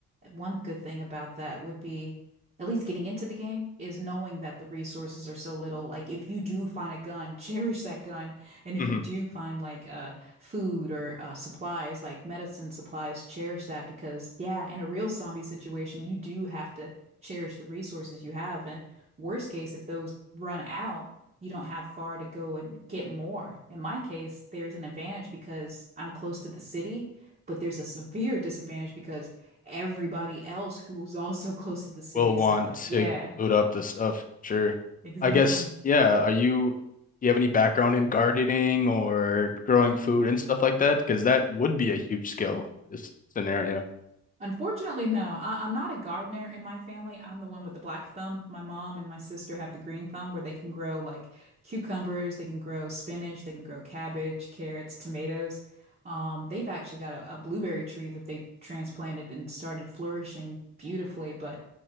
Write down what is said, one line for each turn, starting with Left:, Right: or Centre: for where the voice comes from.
Right: One good thing about that would be at least getting into the game is knowing that the resources are so little. Like if you do find a gun, <laughs> cherish that gun. And if
Left: hmm
Right: you do find like uh food or uh supplies, like medicine supplies, cherish that because yeah, in a real zombie situation, you do have to cherish the resources you have. And worst case, if those run out, you don't have far to go and get more. In my case, there's an advantage because I'm close to the city, but there's a severe <laughs> disadvantage because everybody else who was also close to the city.
Left: We'll want
Right: So, yeah,
Left: to load up the stuff for sure.
Right: <laughs> exactly.
Left: I guess, yeah. Are you, do you have any background in gardening or growing food and stuff like that? Because that would be a huge skill for this scenario
Right: Unfortunately, no. I, I'm not a gardener in my family. I'm the one with the black thumb. My mom and my sister have the green thumb where they can grow like cucumbers, they can grow spinach, they can grow cabbage, carrots, tomatoes. Um, they've actually got a, a blueberry tree that they transplanted and started flourishing beautifully, but